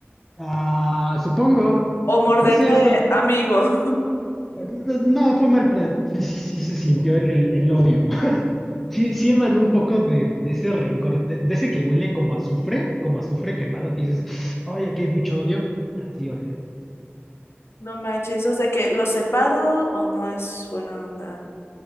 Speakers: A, in the centre; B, on the left (about 70°).
A: Ah, supongo.
B: O morder
A: No sé,
B: de
A: está,
B: amigo. <laughs>
A: No, no, fue mal plan. Sí, sí, sí, se sintió el, el- el odio. <laughs> Sí, sí emanó un poco de, de ese rencor, de, de ese que huele como a azufre, como a azufre quemado, que dices, ay, aquí hay mucho odio. Así olió esa vez.
B: No manches, eso es de que los separo o no es buena onda.